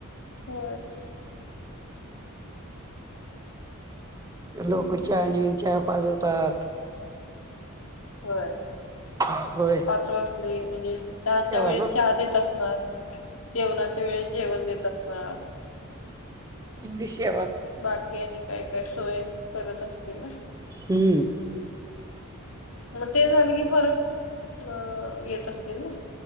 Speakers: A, on the left (about 70°); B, on the right (about 15°).
A: हो
B: लोक
A: बरोबर.
B: चहा नऊन चहा पाजवतात.
A: होय
B: हो
A: पाच वाजले म्हणजे चहाच्या वेळेत
B: ना
A: चहा देत असणार. जेवणाच्या वेळेस जेवण देत असणार
B: इंग्लिशे व
A: बाकी आणि काय काय सोय करत असतील ना
B: हम्म
A: मग ते झालं की फरक अ येत असतील ना